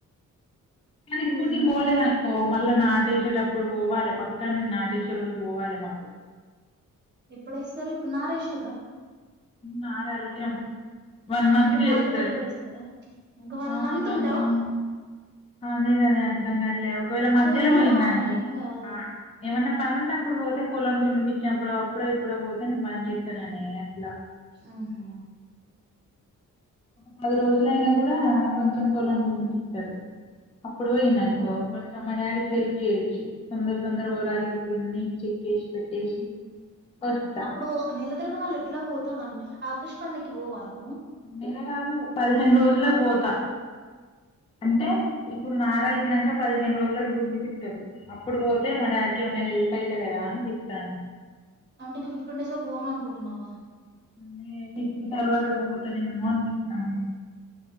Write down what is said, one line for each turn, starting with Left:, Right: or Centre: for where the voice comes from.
Left: కానీ ఇప్పుడు
Right: ఓ
Left: నీను
Right: మరి
Left: పోలేదనుకో మళ్ళా నాటేసేటప్పుడు పోవాలే పక్కా నేను నాటేసే రోజు పోవాలే మాకు
Right: ఎప్పుడేస్తారు ఇప్పుడు నారేసిర్ర
Left: నారల్కినం వన్ మంత్
Right: అయితే
Left: కేస్తారు
Right: నాటు జల్ది ఏస్తారా ఇంక
Left: ఆ
Right: మంత్
Left: వన్
Right: ఉంటవా
Left: మంత్ అదే కద అర్ధం కాట్లే ఒకవేళ మధ్యల
Right: పొయ్యిరా
Left: పోయిందనుకో
Right: ఏం కాదు
Left: ఆ ఏమన్నా పని ఉన్నప్పుడు పోతే పొలం దున్నిపిచ్చినప్పుడో అప్పుడో ఇప్పుడో పోతే నేను బన్ చేత్తననే అట్లా
Right: ఆహా
Left: ఒక పది రోజులైనా కూడా కొంచెం పొలం దున్నిపిత్తడు అప్పుడు పోయిండనుకో
Right: మ్మ్
Left: కొంచెం మ డాడీ హెల్ప్ చేయొచ్చు తొందర తొందరపోవడానికి కొన్ని చెక్ చెసి పెట్టేసి వస్తా
Right: అప్పుడూ నెల తర్వాత మళ్ళ ఎట్లాగొ పోతాం గని ఆకాష్ పండక్కి పోవా నువ్
Left: నెల గాదు పదిహేను రోజులకి పోతా. అంటే ఇప్పుడు నాడాలకిినింక పదిహేను రోజులకి దున్నితిప్పుత్తరు అప్పుడు పోతే మా డాడీ కి ఏమైన హెల్ప్ అయితే కదా అనిపిస్తాంది.
Right: అంటే ఇంక ఫిఫ్టీన్ డేస్ వరకు పోను అనుకుంటున్నావా
Left: అన్నే ఫిఫ్త్ తర్వాత పోతనేమో అనిపిస్తాంది